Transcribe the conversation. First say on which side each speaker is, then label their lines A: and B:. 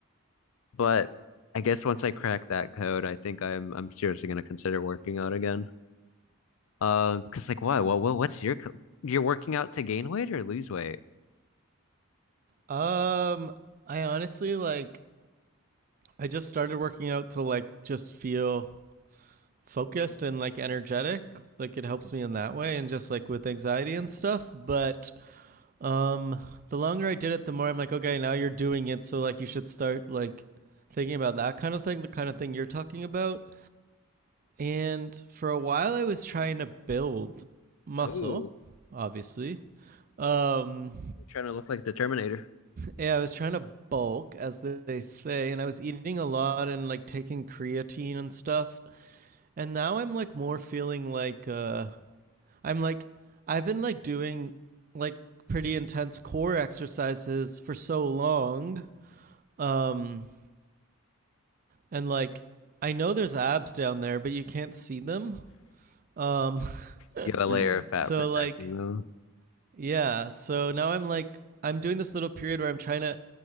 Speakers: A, on the left (about 70°); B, on the right (about 40°).
A: but I guess once I crack that code, I think I'm I'm seriously gonna consider working out again. Um, because like why? Well, well, what's your co- you're working out to gain weight or lose weight?
B: Um, I honestly like. I just started working out to like just feel focused and like energetic like it helps me in that way and just like with anxiety and stuff but um the longer i did it the more i'm like okay now you're doing it so like you should start like thinking about that kind of thing the kind of thing you're talking about and for a while i was trying to build muscle
A: Oh,
B: obviously um
A: trying to look like the Terminator.
B: yeah i was trying to bulk as they say and i was eating a lot and like taking creatine and stuff and now i'm like more feeling like uh I'm like, I've been like doing like pretty intense core exercises for so long. Um, and like, I know there's abs down there, but you can't see them. Um,
A: You got a layer
B: <laughs>
A: of fat
B: so
A: protecting
B: like,
A: them.
B: Yeah, so now I'm like I'm doing this little period where I'm trying to